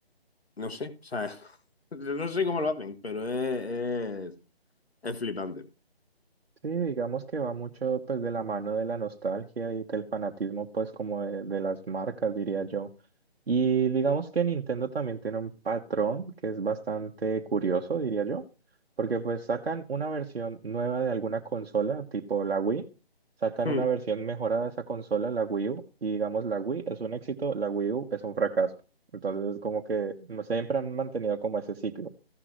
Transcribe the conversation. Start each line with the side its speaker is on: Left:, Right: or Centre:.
Left: no sé, o sea, <laughs> no sé cómo lo hacen, pero es, es, es flipante.
Right: Sí, digamos que va mucho pues de la mano de la nostalgia y del fanatismo pues como de, de las marcas, diría yo. Y digamos que Nintendo también tiene un patrón que es bastante curioso, diría yo, porque pues sacan una versión nueva de alguna consola, tipo la Wii, sacan
Left: Mm.
Right: una versión mejorada de esa consola, la Wii U, y digamos la Wii es un éxito, la Wii U es un fracaso. Entonces como que siempre han mantenido como ese ciclo.